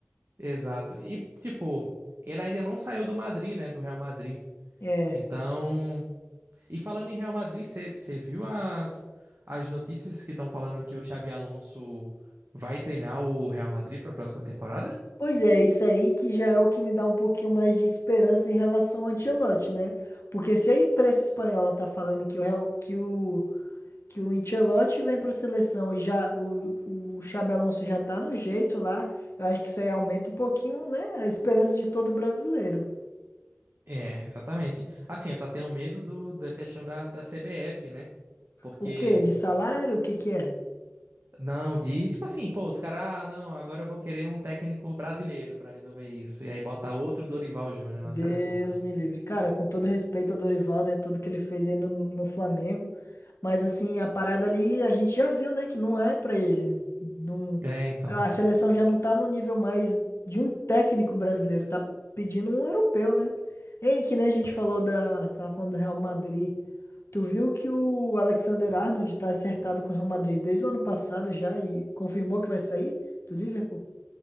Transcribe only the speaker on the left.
É.
Pois é, isso aí que já é o que me dá um pouquinho mais de esperança em relação ao Ancelotti, né? Porque se a imprensa espanhola tá falando que o, Real- que o, que o Ancelotti vem pra seleção e já o, o Xabi Alonso já tá no jeito lá, eu acho que isso aí aumenta um pouquinho, né? A esperança de todo brasileiro.
O quê? De salário? O que que é?
Deus
me livre. Cara, com todo respeito ao Dorival, né? Tudo que ele fez aí no, no Flamengo. Mas, assim, a parada ali, a gente já viu, né? Que não é pra ele. Não,
a seleção já não tá no nível mais de um técnico brasileiro. Tá pedindo um europeu, né? Ei, que nem a gente falou da... Tava falando do Real Madrid. Tu viu que o Alexander Arnold tá acertado com o Real Madrid desde o ano passado já e confirmou que vai sair do Liverpool?